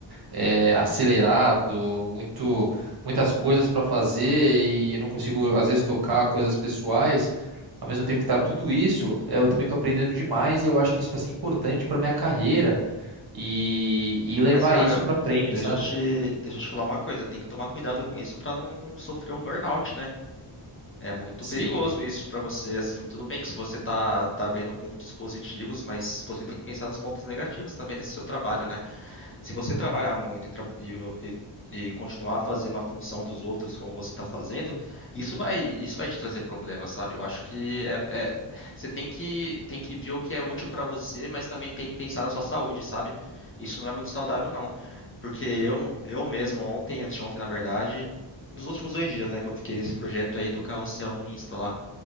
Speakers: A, on the right; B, on the left.
A: é, acelerado, muito, muitas coisas para fazer e eu não consigo, às vezes, tocar coisas pessoais. Ao mesmo tempo que tá tudo isso, é, eu também estou aprendendo demais e eu acho que isso vai ser importante para minha carreira e, e levar
B: Mas, cara,
A: isso para frente,
B: de- deixa
A: sabe?
B: eu te, deixa eu te falar uma coisa, tem que tomar cuidado com isso pra não sofrer um burnout, né? É muito
A: Sim.
B: perigoso isso pra você, assim, tudo bem que se você tá, tá vendo pontos positivos, mas você tem que pensar nos pontos negativos também desse seu trabalho, né? Se você trabalhar muito e, tra- e, e- e continuar fazendo a função dos outros como você está fazendo, isso vai, isso vai te trazer problemas, sabe? Eu acho que é, é- você tem que, tem que ver o que é útil para você, mas também tem que pensar na sua saúde, sabe? Isso não é muito saudável, não. Porque eu, eu mesmo, ontem, antes de ontem, na verdade, nos últimos dois dias, né, que eu fiquei nesse projeto aí do carrossel no Insta lá.